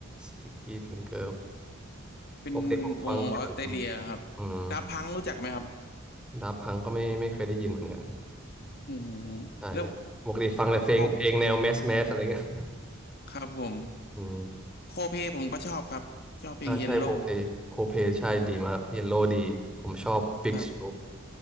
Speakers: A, in the centre; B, on the left.
A: Sticky Finger
B: เป็นวงออสเตรเลียครับ
A: ปกติผมฟังแค่แบบอืมอืม
B: ดาพังรู้จักไหมครับ
A: ดับพังก็ไม่ไม่เคยได้ยินเหมือนกัน
B: อืม
A: ใช่
B: แล้ว
A: ปกติฟังแต่เพลงเพลงแนวแมสแมสอะไรเงี้ย
B: พอครับผม
A: อืม
B: โคเพผมก็ชอบครับชอบเพลงเยลโล่
A: อ่าใช่โคเพโคเพใช่ดีมากเยลโลดีผมชอบฟิกโช
B: ครับ